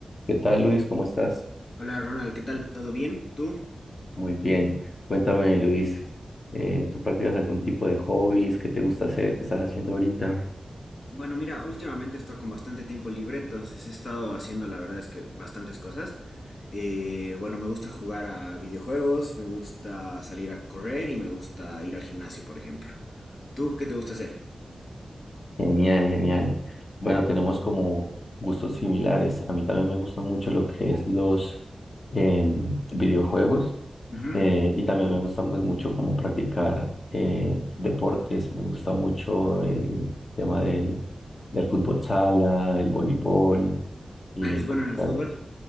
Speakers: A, on the left; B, on the left.
A: ¿Qué tal, Luis? ¿Cómo estás?
B: Hola Ronald, ¿qué tal? ¿Todo bien? ¿Tú?
A: Muy bien. Cuéntame, Luis, eh, ¿tú practicas algún tipo de hobbies? ¿Qué te gusta hacer? ¿Qué estás haciendo ahorita?
B: Bueno, mira, últimamente estoy con bastante tiempo libre, entonces he estado haciendo, la verdad es que bastantes cosas. Eh, bueno, me gusta jugar a videojuegos, me gusta salir a correr y me gusta ir al gimnasio, por ejemplo. ¿Tú qué te gusta hacer?
A: Genial, genial. Bueno, tenemos como gustos similares. A mí también me gusta mucho lo que es los em, videojuegos
B: Ujú.
A: eh, y también me gusta pues, mucho como practicar eh, deportes. Me gusta mucho el tema del, del fútbol sala, el voleibol y
B: Ah, ¿Eres
A: practicar.
B: bueno en el fútbol?